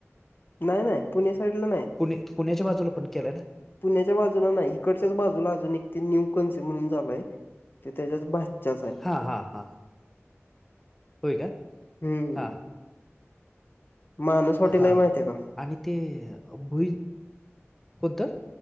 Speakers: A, on the left; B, in the centre.
A: नाय नाय पुणे साईडला नाय
B: पुणे पुण्याच्या बाजूला पण केल्याय नं
A: पुण्याच्या बाजूला नाही इकडच्याच बाजूला अजून एक ते न्यू कन्सी म्हणून झालय ते त्याच्याच भाच च्याच हाय
B: हां, हां, हां. होय का?
A: हम्म
B: हां,
A: माणस हॉटेल
B: हां.
A: हाय माहित आहे का
B: आणि ते भुई कोणतं?